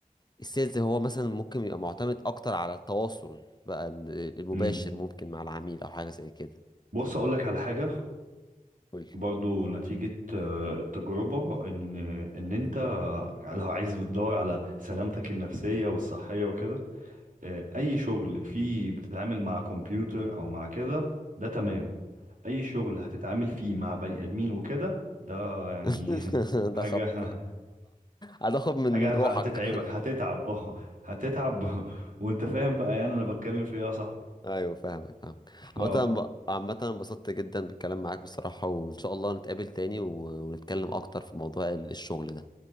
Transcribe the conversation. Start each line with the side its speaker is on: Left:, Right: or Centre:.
Left: السيلز هو مثلا ممكن يبقى معتمد اكتر على التواصل بقى ال- المباشر
Right: مم.
Left: ممكن مع العميل او حاجه زي كده
Right: بص
Left: تمام
Right: اقول لك على حاجة
Left: قول
Right: برضو نتيجة آه، التجربة ان ان انت لو عايز بتدور على سلامتك النفسية والصحية وكده آه، اي شغل فيه بتتعامل مع كمبيوتر او مع كده ده تمام اي شغل هتتعامل فيه مع بني ادمين وكده ده يعني
Left: <laughs>
Right: <laughs> حاجة
Left: ده خط هتاخد من
Right: حاجة
Left: روحك
Right: هتتعبك هتتعب اه هتتعب <laughs> وانت فاهم بقى يعني انا بتكلم في ايه يا صاحبي
Left: ايوه فاهمك فاهمك
Right: ف
Left: عامة أنا ب- عامة أنا انبسطت جدا بالكلام معاك بصراحة وان شاء الله نتقابل تاني و- ونتكلم اكتر في موضوع ال- الشغل ده